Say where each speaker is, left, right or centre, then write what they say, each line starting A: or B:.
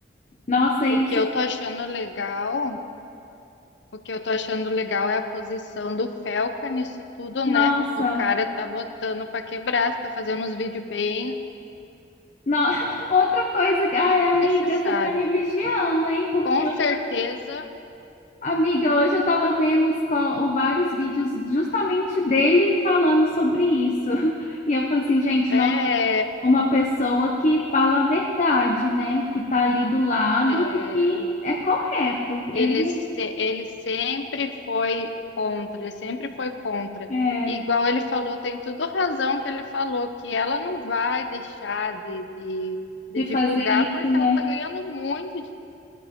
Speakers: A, on the left; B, on the left.
A: Nossa, isso,
B: O que eu tô achando legal, o que eu tô achando legal é a posição do Felca nisso tudo,
A: nossa.
B: né? O cara tá botando pra quebrar, tá fazendo uns vídeos bem
A: Não, <laughs> outra coisa que, ai, amiga,
B: necessários.
A: você tá me vigiando, hein? Porque
B: Com
A: hoje,
B: certeza
A: amiga, hoje eu tava vendo os, co- o- vários vídeos justamente dele falando sobre isso. <laughs> E eu falei assim, gente,
B: é,
A: não, uma pessoa que fala a verdade, né? Que tá ali do lado
B: é,
A: do que é correto.
B: ele,
A: Ele
B: se- ele sempre foi contra, ele sempre foi contra.
A: é
B: Igual ele falou, tem tudo razão que ele falou, que ela não vai deixar de, de, de
A: de
B: divulgar
A: fazer isso,
B: porque
A: né?
B: ela tá ganhando muito